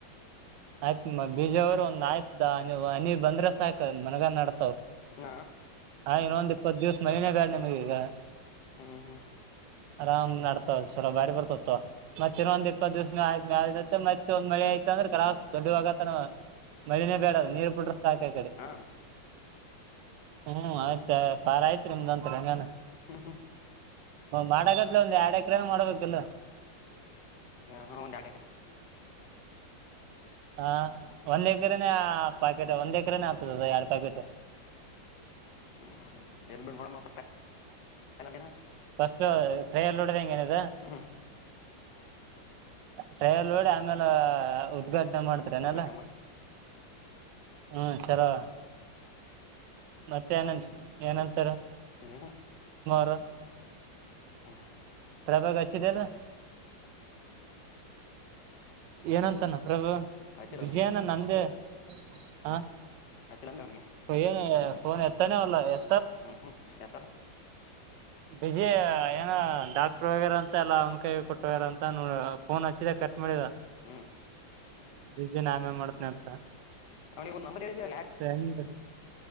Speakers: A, on the right (about 70°); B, on the left (about 65°).
A: ಆಯ್ತ್ ಬೀಜವರುಂದ ಆಯ್ತ ಮನಿ ಬಂದ್ರೆ ಸಾಕ ಮನ್ಗನ್ ನಡ್ತಾವ್
B: ಹಾ
A: ಹಾ ಇನ್ನೊಂದ್ ಇಪ್ಪತ್ತು ದಿವ್ಸ ಮನನೇ ಬೇಡ ನಿಮ್ಗೆ ಈಗ
B: ಹ್ಮ್ ಹ್ಮ್
A: ಆರಾಮ್ ನಡ್ತಾವ್ ಚಲ ಬಾರಿ ಬರ್ತಾವ ಮತ್ತ ಇದ್ ಇಪ್ಪತ್ ದಿವಸ ಮ ಮತ್ತ ಮತ್ತೆ ಒಂದ ಮಳೆ ಆಯ್ತಂದ್ರ ಕಲ ದೊಡ್ಡ ಹೋಗತನ ಮಳನೇ ಬೇಡ ಅದು ನೀರ್ ಬಿಡ್ರ ಸಾಕ ಕಡೆ
B: ಹಾ
A: ಹ್ಮ್ ಆಯ್ತಾ ಪಾರ ಆಯ್ತ್ರಿ ನಿಮ್ದತ್ಂಗಾನ
B: ಹ್ಮ್ ಹ್ಮ್
A: ಮಾಡಕತ್ ಒಂದ್ ಎರಡ್ ಎಕರೆನ ಮಾಡ್ಬೇಕಲ್
B: ಹ ಹ ದಾಡ
A: ಹಾ ಒಂದ್ ಎಕರೆನೆ ಪ್ಯಾಕೆಟ್ ಒಂದ್ ಎಕರೆನೆ ಆತದದ ಎರಡ್ ಪ್ಯಾಕೆಟ್
B: ಹ್ಮ ಎಲ್ಬಡ್ಟ್ ಮಡ ಮಾ ಅ
A: ಹ ಟ್ರಲ ಎ
B: ಹಾ
A: ಟೈರ್ ಲೋಡಿ ಆಮೇಲೆ ಉದ್ಘಾಟನೆ ಊಟ ಮಾಡ್ತರನಲ್ಲ
B: ಓದಗಟ್ಟ ಮಾಡಿ
A: ಹ್ಮ ಚಲೋ ಮತ್ತೆ ಏನ ಏನಂತಾರ
B: ಹ್ಮ
A: ರ
B: ಹಾ
A: ಪ್ರಭಾಗ ಹಚ್ಚಿದೆ ಅಲ್ಲ ಏನಂತ ನಮ್ಮ ಪ್ರಭು
B: ಹಚ್ಚಿಲ್ಲ
A: ವಿಜಯನ
B: ಅವನಿಗೆ
A: ನಂದೇ ಹ
B: ಹಚ್ಚಿಲ್ಲ ಅಂದ ಅವನಿಗೆ
A: ಏನ್ ಫೋನ್ ಎತ್ತಾನೇವಲ್ಲ ಎ
B: ಹ್ಮ್ ಹ್ಮ್ ಎತ್ತಲ್ಲ
A: ಬಜ ನ ಕೊಟ್ಟೋಗ್ಯಾರ ಅಂತ ಎಲ್ಲ ಅವ್ನ ಕೈ ಕೊಟ್ಟೋಗಾರ ಅಂತ ನೋಡ ಫೋನ್ ಹಚ್ಚಿದ ಕಟ್ ಮಾಡಿದ
B: ಹ್ಮ್
A: ಬಿಜನ್ ಆಮೆಲ್ ಮಾಡ್ತನ ಅಂತ
B: ಅವನಿಗೆ ಒ ನಂಬರ್ ಹೇಳವ
A: ಹೆಂಗ್